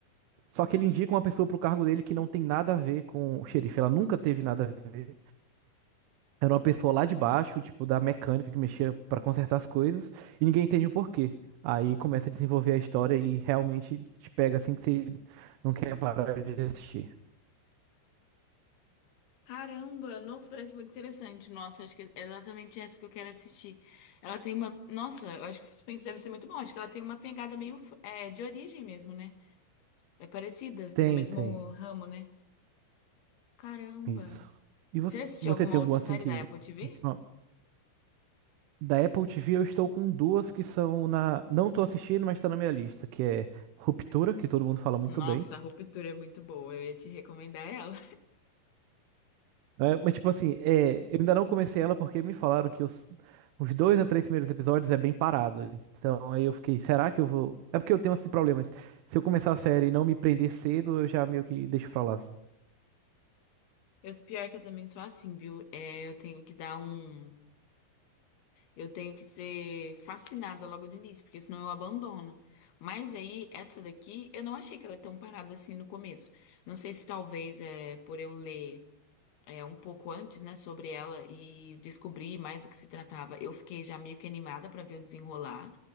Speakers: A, on the right; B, on the left.
A: só que ele indica uma pessoa pro cargo dele que não tem nada a ver com o xerife. Ela nunca teve nada a ver. Era uma pessoa lá de baixo, tipo, da mecânica que mexia pra consertar as coisas. E ninguém entende o porquê. Aí começa a desenvolver a história e realmente te pega assim que você não quer parar de assistir.
B: Caramba, nossa, parece muito interessante. Nossa, acho que é exatamente essa que eu quero assistir. Ela tem uma. Nossa, eu acho que o suspense deve ser muito bom. Acho que ela tem uma pegada meio f- é, de origem mesmo, né? É parecida,
A: Tem,
B: no mesmo
A: tem.
B: ramo, né? Caramba.
A: Isso. E você,
B: Você já assistiu
A: você
B: alguma
A: tem
B: outra
A: algum assim
B: série
A: que.
B: da Apple TV?
A: última- Da Apple TV eu estou com duas que são na. Não tô assistindo, mas tá na minha lista, que é Ruptura, que todo mundo fala muito
B: Nossa,
A: bem.
B: a Ruptura é muito boa. Eu ia te recomendar ela.
A: É, mas tipo assim, é, eu ainda não comecei ela porque me falaram que os, os dois a três primeiros episódios é bem parado. Então aí eu fiquei, será que eu vou? É porque eu tenho esses problemas. Se eu começar a série e não me prender cedo, eu já meio que deixo pra lá.
B: Eu, pior que eu também sou assim, viu? É, eu tenho que dar um. Eu tenho que ser fascinada logo do início, porque senão eu abandono. Mas aí, essa daqui, eu não achei que ela é tão parada assim no começo. Não sei se talvez é por eu ler é, um pouco antes, né, sobre ela e descobrir mais do que se tratava. Eu fiquei já meio que animada pra ver o desenrolar,